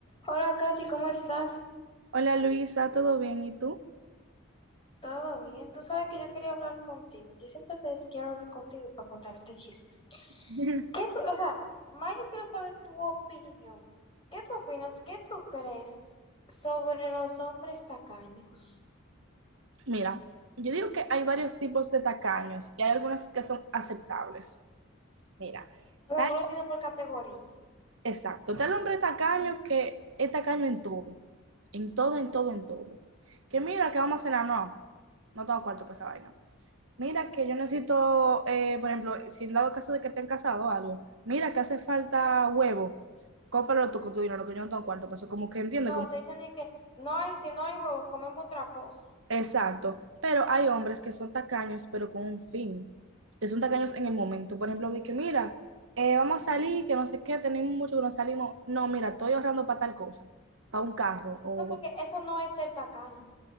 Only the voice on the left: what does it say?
Hola, Katy, ¿cómo estás?
¿Todo bien? Tú sabes que yo quería hablar contigo. Yo siempre te quiero hablar contigo para contarte chismes.
¿Qué tú, o sea, más yo quiero saber tu opinión. ¿Qué tú opinas? ¿Qué tú crees sobre los hombres tacaños?
O
sea, tú lo tienes por categoría.
No, te dicen de que no hay, si no hay huevos, comemos otra cosa.
No, porque eso no es ser tacaño.